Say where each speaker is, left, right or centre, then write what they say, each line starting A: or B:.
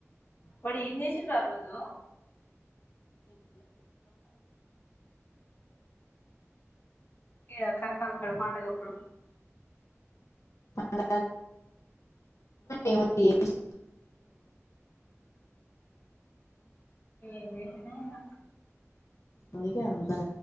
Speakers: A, on the left (about 40°); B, on the left (about 70°).
A: వాడు ఏం చేసిండు ఆ రోజు ఈడ కరకాల కాడ పండగప్పుడు
B: ఇప్పుడు ఏమో చేసి
A: ఏం చేసిండో ఏమో
B: అందుకే అంతగా